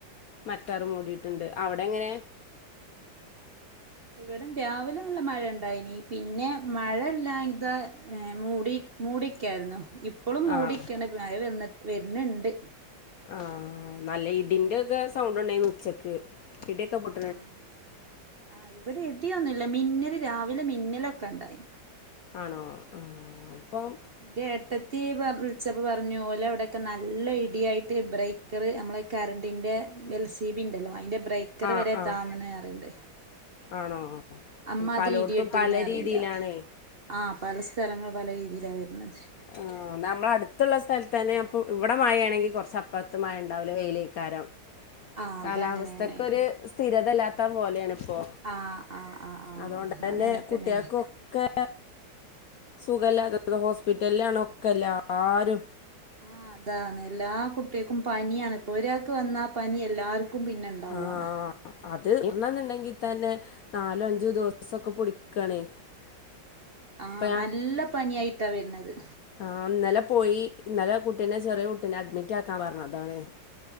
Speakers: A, on the left (about 70°); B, on the right (about 45°).
A: മഴക്കാർ മൂടിയിട്ടുണ്ട് അവിടെ എങ്ങനെ
B: ഇവിട രാവിലെ നല്ല മഴ ഉണ്ടായിനി പിന്നെ മഴല്ലാ ഇതാ ഏഹ് മൂടി മൂടിക്കായിരുന്നു ഇപ്പളും മൂടിക്കണ്
A: ആഹ്
B: മഴ വരണണ്ട്
A: ആഹ് നല്ല ഇടിന്റെ ഒക്കെ സൗണ്ട് ഉണ്ടായിരുന്നു ഉച്ചക്ക് ഇടിയൊക്കെ പൊട്
B: ആഹ് ആഹ് ഇവിടെ ഇടിയൊന്നുമില്ല മിന്നല് രാവിലെ മിന്നലൊക്കെ ഉണ്ടായിന്
A: ആണോ അപ്പം
B: എന്റെ ഏട്ടത്തി വിളിചെപ്പം പറഞ്ഞു ഓലെ അവിടെയൊക്കെ നല്ല ഇടിയായിട്ട് ഇബ്രയി ക്കറ് നമ്മളെ കറണ്ടിൻ്റെ എൽ സി ബി ഉണ്ടല്ലോ അതിൻ്റെ ബ്രേക്കർ
A: ആഹ്
B: വരെ
A: ആഹ്
B: താന്നെന്ന് അറിയണ്ടേ
A: ആണോ
B: അമ്മാതിരി
A: പലോടത്തും
B: ഇടി വെട്ടീനെ
A: പല
B: അറിയണ്ട
A: രീതിയിലാണേ
B: ആഹ് പല സ്ഥലങ്ങൾ പല രീതിയിലാ വരുന്നത്
A: ആ നമ്മളടുത്തുള്ള സ്ഥലത്ത് തന്നെ അപ്പ ഇവിടെ മഴയാണെങ്കിൽ കുറച്ച അപ്പത്ത് മയ ഉണ്ടാവില്ലോ വെയിലേക്കാരം
B: <inaudible>
A: കാലാവസ്ഥക്കൊ
B: അതങ്ങനെന്നെ
A: ഒരു സ്ഥിരതല്ലാത്ത പോലെയാണ് ഇപ്പോ
B: ആഹ് ആഹ് ആഹ് ആഹ്
A: അതുകൊണ്ട് തന്നെ
B: അങ്ങനെ
A: കുട്ടികൾക്കൊക്കെ
B: ആയിരിക്കും
A: സുഖല്ലാത്തത് ഹോസ്പിറ്റലിലാണ് ഒക്കെല്ലാരും
B: ആഹ് അതാണ് എല്ലാ കുട്ടികൾക്കും പനിയാണ് ഇപ്പോൾ ഒരാൾക്ക് വന്ന ആഹ് പനി എല്ലാവർക്കും പിന്നെ ഉണ്ടാവുകയാണ്
A: ആ അത് ഇന്നന്നുണ്ടെങ്കിൽ തന്നെ നാലോ അഞ്ചോ ദിവസൊക്കെ പിടിക്കണേ
B: ആഹ്
A: ഇപ്പൊ
B: നല്ല പനിയായിട്ടാ വരുന്നത്
A: ആഹ് ഇന്നലെ പോയി ഇന്നലെ കുട്ടീ ചെറിയ കുട്ടീനെ അഡ്മിറ്റ് ആക്കാൻ പറഞ്ഞതാണ്